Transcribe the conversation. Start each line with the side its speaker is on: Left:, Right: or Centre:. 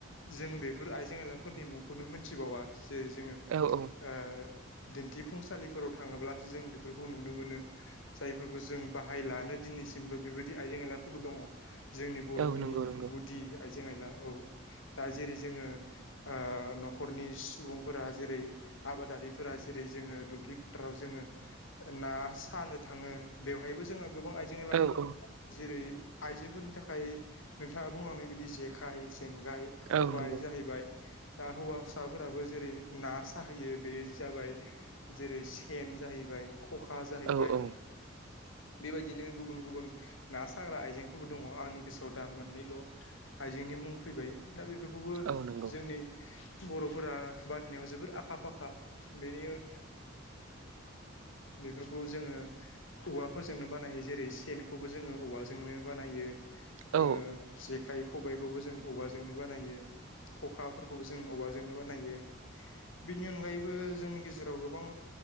Left: जों बेफोर आइजें आइलाफोरनि मुंखौनो मोनथिबावा। जेरै जोङो
Right: औ औ
Left: ओ दिन्थिफुंसालिफोराव थाङोब्लासो जों बेफोरखौ नु नो मोनो जायफोरखौ जों बाहाय लानो दिनैसिमबो बेबायदि आइजें आयलाफोरबो दङ जोंनि बर'नि
Right: औ नंगौ नंगौ
Left: गुदि आइजें आइला औ दा जेरै जोङो ओ न'खरनि सुबुंफोरा जेरै आबादारिफोरा जेरै जोङो दुब्लि फोथाराव जोङो ना सानो थाङो बेवहायबो जोंहा गोबां आइजें एला
Right: औ
Left: दङ
Right: औ
Left: जेरै आइजोफोरनि थाखाय नोंथाङा बुंलांनाय बायदि जेखाय जेंगाय खबाइ
Right: औ नंगौ
Left: जाहैबाय दा हौवासाफोराबो जेरै ना साहैयो बे जाबाय जेरै सेन जाहैबाय ख'खा जाहैबाय
Right: औ औ
Left: बेबायदिनो गुबुन गुबुन ना साग्रा आइजेंफोरबो दङ आंनि गोसोआव दा मोननैल' आइ बेनि मुं फैबाय दा बेफोरखौबो
Right: औ नंगौ
Left: जोंनि बर'फोरा बाननायाव जोबोर आखा फाखा बेनि ओ बेफोरखौ जोङो औवाफोरजोंनो बानायो जेरै सेनखौबो जोङो औवाजोंनो बानायो
Right: औ
Left: ओ जेखाइ खबाइखौबो जों औवाजोंनो बानायो ख'खाफोरखौबो जों अबावबाजोंनो बानायो बेनि अनगायैबो जोंनि गेजेराव गोबां